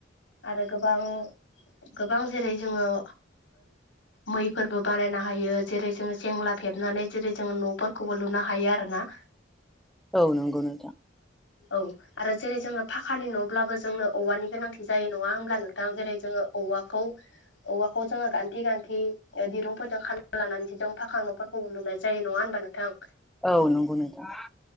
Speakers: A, on the left (about 80°); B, in the centre.
A: आरो गोबां गोबां जेरै जोङो मैफोरबो बानायनो हायो जेरै जोङो सेंला फेबनानै जेरै जोङो न'फोरखौबो लुनो हायो आरो ना
B: औ नंगौ नोंथां
A: औ आरो जेरै जोङो फाखानि न'ब्लाबो जोंनो औवानि गोनांथि जायो नङा होमब्ला नोंथां जेरै जोङो औवाखौ औवाखौ जोङो गान्थे गान्थे दिरुंफोरजों खाना लानानैसो जों फाखां न'फोर खौ लुनाय जायो नङा होनबा नोंथां
B: औ नंगौ नोंथां